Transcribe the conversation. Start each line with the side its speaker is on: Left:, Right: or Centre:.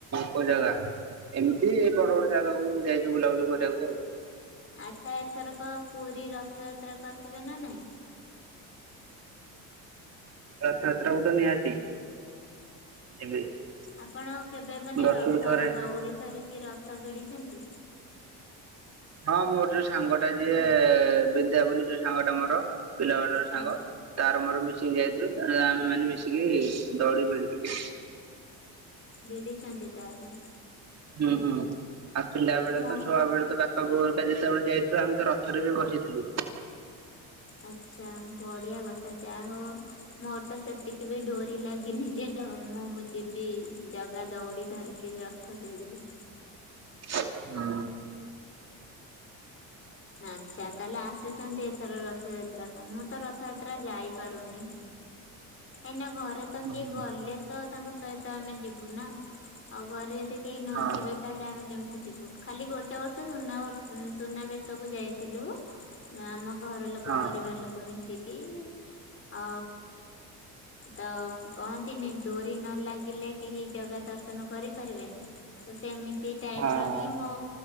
Right: କୋଉ ଜାଗା ଏମିତି ବଡ ବଡ ଜାଗାକୁ ଯାଇଚୁ ବୁଲାବୁଲି କରି ଉ <unintelligible>
Left: ଆଚ୍ଛା ଏଥରକ ପୁରୀ ରଥଯାତ୍ରାକୁ ଆସିବେ ନା ନାଇଁ?
Right: ରଥ ଯାତ୍ରାକୁ ତ ନିହାତି। <unintelligible>
Left: ଆପଣ କେବେ ମାନେ
Right: ବର୍ଷକୁ
Left: ରଥ
Right: ଥରେ।
Left: ଦଉଡି ଧରିକି ରଥ ଭିଡିଛନ୍ତି?
Right: ହଁ ମୋର ଯୋଉ ସାଙ୍ଗ ଟା ଯିଏ ବିଦ୍ୟା ବୋଲି ଯୋଉ ସାଙ୍ଗ ଟା ମୋର ପିଲା ବେଳର ସାଙ୍ଗ।
Left: ହଁ
Right: ତାର ମର ମିଶିକି ଯାଇଥିଲୁ ଆମେ ମାନେ ମିଶିକି ଦଉଡି ଭିଡିଥିଲୁ।
Left: ଭିଡିଛନ୍ତି ତାହେଲେ?
Right: ହୁଁ ହୁଁ ଆଉ ପିଲା ବେଳେ
Left: ମୋ
Right: ତ ଛୁଆ ବେଳେ ତ ବା ପା ବୋଉ ହେରିକା ଯେତେବେଳେ ଯାଇଥିଲୁ ଆମେ ତ ରଥରେ ବି ବସିଥିଲୁ।
Left: ଆଚ୍ଛା ବଢିଆ କଥା ଯାହା ହଉ ମର ତ ସେତିକି ବି ଡୋରି ଲାଗିନି ଯେ ମୁଁ ଯିବି ଜଗା ଦଉଡି ଧରିକି ରଥ ଭିଡ଼ିବି।
Right: ହୁଁ।
Left: ଆଚ୍ଛା ତାହେଲେ ଆସୁଛନ୍ତି ଏଥର ରଥଯାତ୍ରା କଣ ମୁଁ ତ ରଥଯାତ୍ରା ଯାଇପାରୁନି। ଏଇନା ଘରେ ତ
Right: ହୁଁ ହୁଁ
Left: କିଏ
Right: ହୁଁ
Left: ଗଲେ ତ ତାଙ୍କ ସହିତ ଆମେ ଯିବୁ ନା ଆଉ ଘରେ ଯଦି କେହି ନଯିବେ
Right: ହଁ
Left: ତାହେଲେ ଆମେ କେମତି ଯିବୁ ଖାଲି ଗୋଟେ ବର୍ଷ ସୁନାବର୍ଷ ସୁନାବେଶକୁ ଯାଇଥିଲୁ। ଆମ ଘର ଲୋକ
Right: ହଁ
Left: ପରିବାର ଲୋକ ମିଶିକି ଆ ତ କହନ୍ତିନି ଡୋରି ନ ଲାଗିଲେ କେହି ଜାଗା ଦର୍ଶନ କରିପାରିବେନି। ତ ସେମିତି ଟାଇପ୍
Right: ହଁ
Left: ର ହିଁ ମୋ